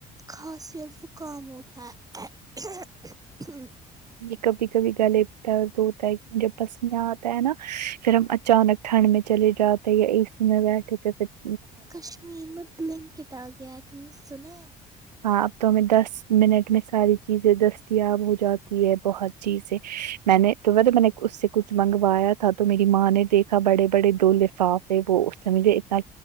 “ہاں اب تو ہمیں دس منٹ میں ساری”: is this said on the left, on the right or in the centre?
Right